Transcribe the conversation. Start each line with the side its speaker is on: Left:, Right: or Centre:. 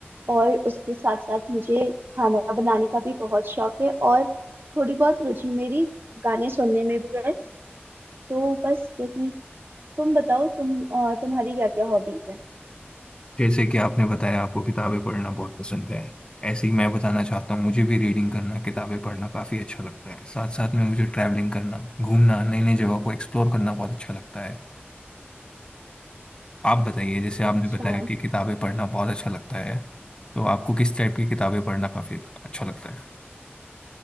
Right: और उसके साथ साथ मुझे खाना बनाने का भी बहुत शौक है और थोड़ी बहुत रुचि मेरी गाने सुनने में भी है तो बस यही तुम बताओ तुम अ, तुम्हारी क्या क्या हॉबीज हैं
Left: जैसे कि आपने बताया आपको किताबें पढ़ना बहुत पसंद है ऐसे ही मैं बताना चाहता हूँ मुझे भी रीडिंग करना किताबें पढ़ना काफ़ी अच्छा लगता है साथ साथ में मुझे ट्रैवलिंग करना घूमना नई नई जगह को एक्सप्लोर करना बहुत अच्छा लगता है आप बताइए जैसे आपने
Right: अच्छा
Left: बताया कि किताबें पढ़ना बहुत अच्छा लगता है तो आपको किस टाइप की किताबें पढ़ना काफ़ी अच्छा लगता है